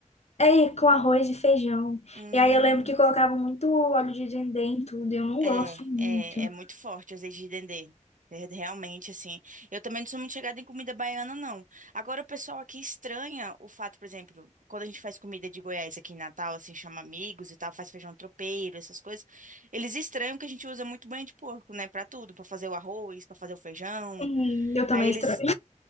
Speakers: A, on the left; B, on the right.
A: É, com arroz e feijão.
B: Hum.
A: E aí eu lembro que colocava muito óleo de dendê em tudo, e eu não
B: É,
A: gosto muito.
B: é, é muito forte o azeite de dendê. É Realmente, assim. Eu também não sou muito chegada em comida baiana, não. Agora, o pessoal aqui estranha o fato, por exemplo, quando a gente faz comida de Goiás aqui em Natal, assim, chama amigos e tal, faz feijão tropeiro, essas coisas. Eles estranham que a gente usa muito banha de porco, né, pra tudo, pra fazer o arroz, pra fazer o feijão.
A: Hum, eu também
B: Aí eles,
A: estranho.